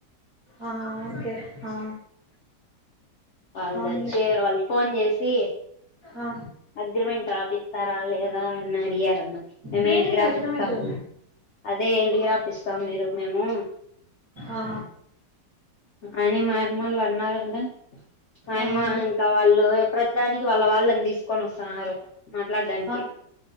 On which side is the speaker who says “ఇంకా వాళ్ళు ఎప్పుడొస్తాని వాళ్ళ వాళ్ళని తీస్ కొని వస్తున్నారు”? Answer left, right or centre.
Left